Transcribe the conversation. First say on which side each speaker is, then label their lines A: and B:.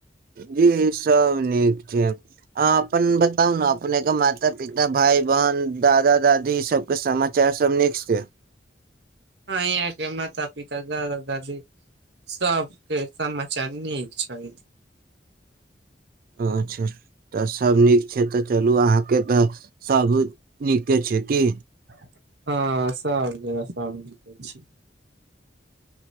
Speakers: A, on the right; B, on the right.
A: जी सब नीक छै अह अपन बताउ ने अपनेके माता पिता भाय बहिन दादा दादी ई सभके समाचार सब नीक छै।
B: हँ यहाँ के माता पिता दादा दादी सबके समाचार नीक छै।
A: अच्छा तऽ सभ नीक छै तऽ चलू अहाँके तऽ सभ नीके छै की।
B: हँसाम कहै छी।